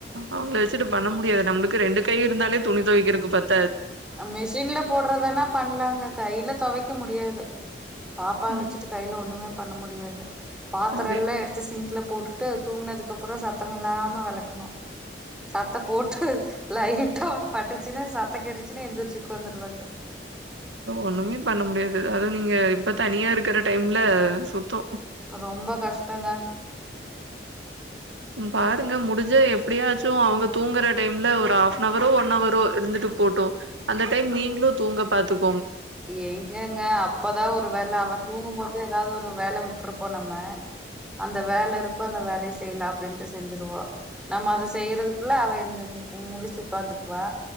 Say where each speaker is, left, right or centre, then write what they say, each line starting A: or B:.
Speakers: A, on the right (about 85°); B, in the centre.
A: அவங்கள வச்சுட்டு பண்ண முடியாது நம்மளுக்கு ரெண்டு கை இருந்தாலே துணி துவைக்கிறதுக்கு பத்
B: மிஷின்ல போடுறதானா பண்ணலாங்க கையில துவைக்க முடியாது பாப்பா
A: ம்
B: வச்சுட்டு கையில ஒண்ணுமே பண்ண முடியாது பாத்திரம்
A: அதே
B: எல்லா எடுத்து சிங்கல போட்டுட்டு தூங்கினதுக்கு அப்புறம் சத்தம் இல்லாம வெளக்கணு சத்த போட்டு லைட்ட அவனு பட்டுச்சினு சத்த கேட்டுச் எந்திரிச்சுக்கு உட்கார்ந்துவாங்க
A: ஒண்ணுமே பண்ண முடியாது அதுவும் நீங்க இப்ப தனியா இருக்கிற டைம்ல சுத்தம்
B: ரொம்ப கஷ்டங்க
A: உம் பாருங்க முடிஞ்ச எப்படியாச்சும் அவங்க தூங்குற டைம்ல ஒரு ஹாப்னவரோ ஒன் ஹரோ இருந்துட்டு போட்டோம் அந்த டைம் நீங்களும் தூங்க பாத்துக்
B: எங்கங்க அப்பதான் ஒரு வேல அவன் தூங்கும் போது ஏதாவது ஒரு வேல விட் இருப்போம் நம்ம அந்த வேல இருப்போ அந்த வேல செய்யலாம் அப்படின்னு டு செஞ்சிருவோம் நம்ம அத செய்யறதுக்குள்ள அவ எ முழிச்சு உட்காந்துக்குவா